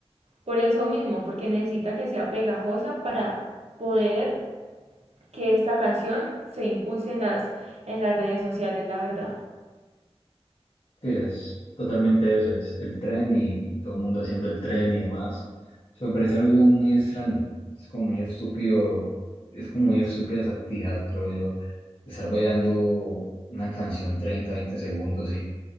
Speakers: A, on the right; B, on the left.
A: Por eso mismo, porque necesita que sea pegajosa para poder que esta canción se impulse en las, en las redes sociales, la verdad.
B: Sí, es totalmente eso, es el tren y, y todo el mundo haciendo el tren y demás. Eso me parece algo muy extraño, es como muy estúpido, es como muy estúpida esa actividad, creo yo, estar bailando una canción 30 veinte segundos y